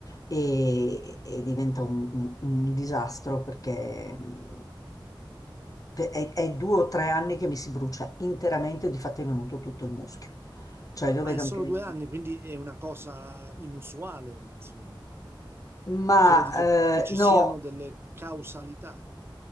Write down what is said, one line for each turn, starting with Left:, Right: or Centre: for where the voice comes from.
Left: e, e diventa un, un- un disastro perché mh, pe- è, è due o tre anni che mi si brucia interamente, difatti è venuto tutto il muschio. Cioè lo vedo
Right: Ah, è solo
Left: anche...
Right: due anni, quindi è una cosa inusuale, insomma.
Left: Ma
Right: Credi che,
Left: eh,
Right: che ci
Left: no.
Right: siano delle causalità?